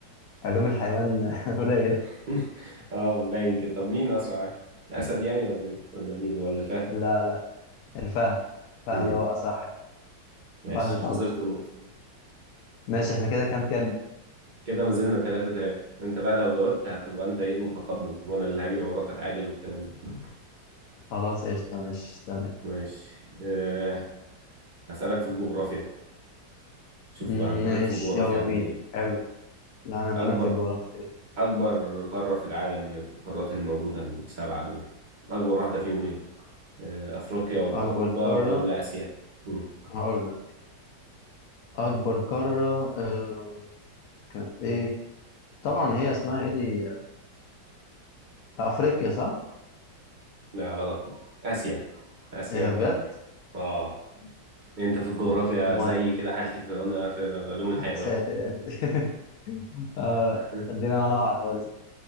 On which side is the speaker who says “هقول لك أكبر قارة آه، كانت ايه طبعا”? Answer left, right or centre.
Left